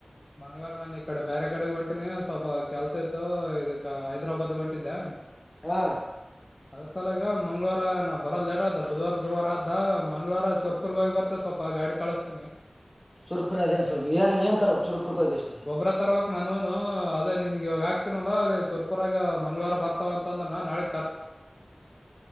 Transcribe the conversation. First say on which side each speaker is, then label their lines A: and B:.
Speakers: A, on the left (about 40°); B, on the left (about 25°).
A: ಮಂಗಳವಾರ ನಾನ ಈ ಕಡೆ ಬೇರೆ ಕಡೆ ಹೊಂಟಿನಿ ಸ್ವಲ್ಪ ಕೆಲ್ಸ ಇತ್ತು ಇದ ಹೈದ್ರಾಬಾದ್ ಹೊಂಟಿದ್ದೆ
B: ಹಾ
A: ಅದ್ರ ತಲಾ ಈಗ ಮಂಗಳವಾರ ನಾನ ಬರೋ ಲೇಟ್ ಆದ ಬುಧವಾರ ಗುರುವಾರ ಆದ ಮಂಗಳವಾರ ಸುರ್ಪುರ್ಗ ಹಿ ಬರ್ತ ಸ್ವಲ್ಪ ಗಾಡಿ ಕಳಸ ತ
B: ಶುರ್ಪುರ ಅದೇನ್ ಸ್ವಲ್ಪ ಏನ್ ಏನ್ ತರ ಶುರಪುರ ಹೋಗೇಶಿಂದ
A: ಗೊಬ್ಬ್ರ ತರ್ಬೇಕ್ ನಾನೂನು ಅದೇ ನಿನ್ಗೆ ಇವಾಗ ಆಗ್ತೀನಲ್ಲ ಅಲ್ಲಿ ಸುರ್ಪುರಾಗ ಮಂಗಳವಾರ ಬರ್ತಾವ ಅಂತಂದ್ರ ನಾ ನಾಳೆ